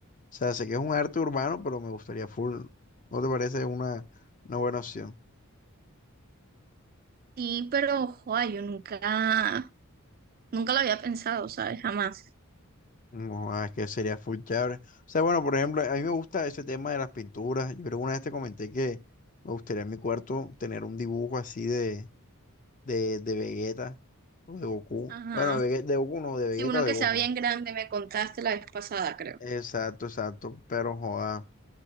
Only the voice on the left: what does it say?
sea, sé que es un arte urbano, pero me gustaría full. ¿No te parece una, una buena opción?
No, ah, es que sería full chévere. O sea, bueno, por ejemplo, a mí me gusta ese tema de las pinturas. Yo creo que una vez te comenté que me gustaría en mi cuarto tener un dibujo así de, de, de Vegeta o de Goku.
Bueno, de, Vege- de Goku no, de Vegeta
o de
Gohan.
Exacto, exacto, pero joda.